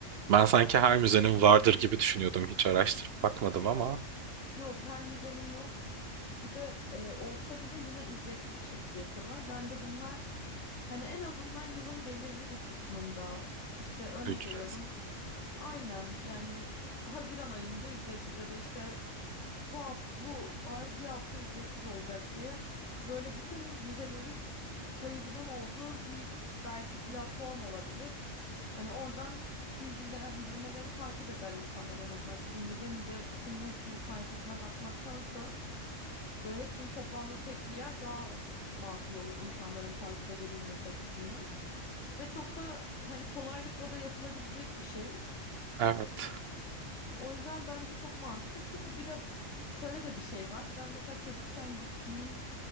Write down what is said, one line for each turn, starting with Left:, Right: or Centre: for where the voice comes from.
Right: Ben sanki her müzenin vardır gibi düşünüyordum. Hiç araştırıp bakmadım ama.
Left: Yok, her müzenin yok. Bir de e, olsa bile yine ücretli bir şekilde yapıyorlar. Bence bunlar hani en azından yılın belirli bir kısmında işte örnek
Right: Ücret.
Left: veriyorum. Aynen yani Haziran ayında ücretsiz ya da işte bu hafta, bu ay bir hafta ücretsiz olacak diye böyle bütün müzelerin kaydının olduğu bir belki platform olabilir. Hani oradan bilgilendirmeleri takip eder insanlar en azından. Çünkü müze müze bütün hepsinin sayfasına bakmaktansa böyle hepsinin toplandığı tek bir yer daha makul olur insanların takip edebilmesi açısından. Ve çok da hani kolaylıkla da yapılabilecek bir şey.
Right: Evet.
Left: O yüzden bence çok mantıklı. Çünkü bir de şöyle de bir şey var. Ben mesela çocukken gittiğim